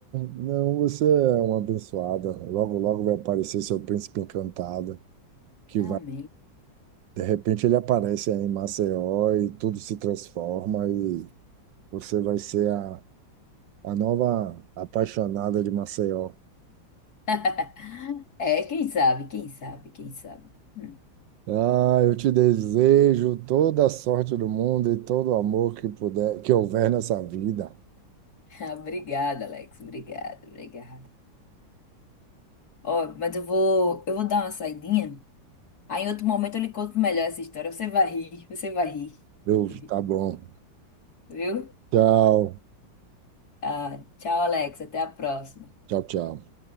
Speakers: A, on the right; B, on the left.
A: não, você é uma abençoada. Logo, logo vai aparecer seu príncipe encantado, que
B: Amém.
A: vai, de repente ele aparece aí em Maceió e tudo se transforma e você vai ser a, a nova apaixonada de Maceió.
B: <laughs> É, quem sabe, quem sabe, quem sabe. Hum.
A: Ah, eu te desejo toda a sorte do mundo e todo o amor que puder, que houver nessa vida.
B: <laughs> Obrigada, Alex. Obrigada, obrigada. Ó, mas eu vou, eu vou dar uma saidinha. Aí em outro momento eu lhe conto melhor essa história. Você vai rir, você vai rir.
A: Eu,
B: <laughs>
A: tá bom.
B: Viu?
A: Tchau,
B: Ah, tchau, Alex. Até a próxima.
A: tchau, tchau.